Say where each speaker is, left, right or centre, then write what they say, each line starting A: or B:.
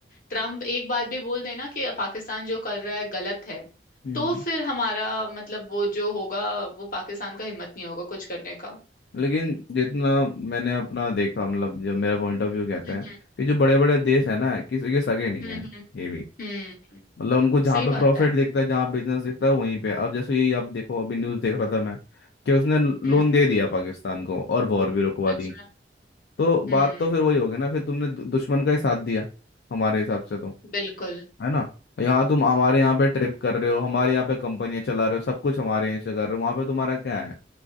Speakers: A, on the left; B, on the left.
A: ट्रम्प एक बात भी बोल देना कि पाकिस्तान जो कर रहा है गलत है
B: हम्म
A: तो फिर हमारा मतलब वो जो होगा वो पाकिस्तान का हिम्मत नहीं होगा कुछ करने का
B: लेकिन जितना मैंने अपना देखा मतलब जो मेरा पॉइंट ऑफ व्यू कहता
A: हम्म
B: है कि जो बड़े बड़े देश है ना किसी के सगे नहीं
A: हम्म
B: है ये भी
A: हम्म हम्म,
B: मतलब उनको जहाँ
A: सही
B: पे
A: बात
B: प्रॉफिट
A: है
B: दिखता है जहाँ बिजनेस दिखता है वहीं पे अब जैसे यही आप देखो अभी न्यूज़ देख रहा था मैं कि उसने
A: हम्म
B: लोन दे दिया पाकिस्तान को और वॉर भी रुकवा
A: सच
B: दी
A: में
B: तो बात
A: हम्म
B: तो फिर वही हो गई ना फिर तुमने दु- दुश्मन का ही साथ दिया हमारे हिसाब से तो
A: बिल्कुल
B: है ना यहाँ तुम हमारे यहाँ पे ट्रिप कर रहे हो हमारे यहाँ पे कंपनियां चला रहे हो सब कुछ हमारे यहाँ से कर रहे हो वहाँ पे तुम्हारा क्या है